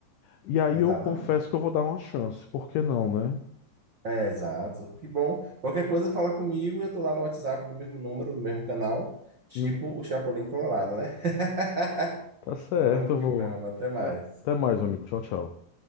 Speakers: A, on the left (about 85°); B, on the right (about 60°).
A: E aí eu
B: Exatamente.
A: confesso que eu vou dar uma chance, por que não, né?
B: É, exato. Que bom. Qualquer coisa fala comigo e eu tô lá no WhatsApp, no mesmo número, no mesmo canal, tipo
A: Uhum.
B: o Chapolin Colorado, né? <laughs>
A: Tá certo,
B: Vamos
A: eu
B: que
A: vou.
B: vamos. Até mais.
A: Tá- Até mais, meu amigo. Tchau, tchau.